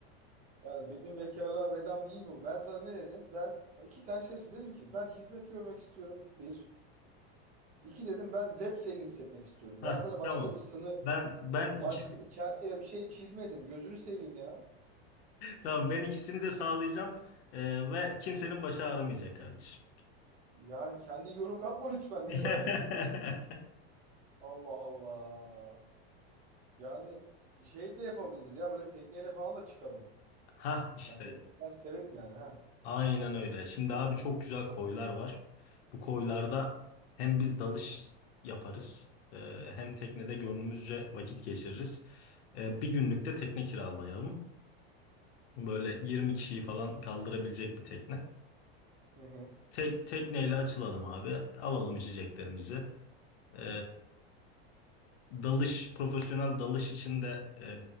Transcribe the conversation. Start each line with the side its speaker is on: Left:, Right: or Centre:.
Right: Yani benim vekarlığa bedam değil mi bu? Ben sana ne dedim? Ben bak iki tane şey söyledim. Dedim ki ben hizmet görmek istiyorum. Bir. İki dedim ben zevk hissetmek istiyorum.
Left: Hah,
Right: Ben sana başka
Left: tamam.
Right: bir sınır,
Left: Ben ben iki
Right: başka
Left: <laughs>
Right: bir çerçeve bir şey çizmedim. Gözünü seveyim ya.
Left: tamam ben ikisini de sağlayacağım E, ve kimsenin başı ağrımayacak kardeşim.
Right: Yani kendi yorum katma lütfen
Left: <laughs>
Right: Necati. <laughs> Allah Allah. Yani şey de yapabiliriz ya böyle tekneyle falan da çıkalım.
Left: Ha işte.
Right: Yani tekne ben severim yani ha.
Left: Aynen öyle. Şimdi abi çok güzel koylar var. Bu koylarda hem biz dalış yaparız, e, hem teknede gönlümüzce vakit geçiririz. E, Bir günlük de tekne kiralayalım. Böyle 20 kişiyi falan kaldırabilecek bir tekne.
Right: Hı hı.
Left: Tek tekneyle açılalım abi. Alalım içeceklerimizi. E, Dalış, profesyonel dalış için de e,